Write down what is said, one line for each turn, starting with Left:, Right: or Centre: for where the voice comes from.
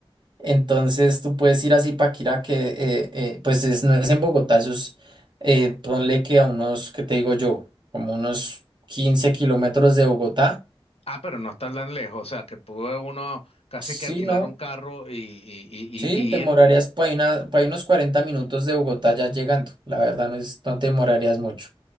Right: entonces tú puedes ir a Zipaquirá que eh, eh, pues es- no es en Bogotá, eso es, eh, ponle que a unos, ¿qué te digo yo? Como unos 15 kilómetros de Bogotá.
Left: Ah, pero no está tan lejos, o sea, que pudo uno casi
Right: Sí,
Left: que alquilar
Right: ¿no?
Left: un carro y, y- y-
Right: Sí,
Left: y-
Right: te
Left: y
Right: demorarías
Left: ir.
Right: por ahí, una- por ahí unos 40 minutos de Bogotá ya llegando. La verdad no es, no te demorarías mucho.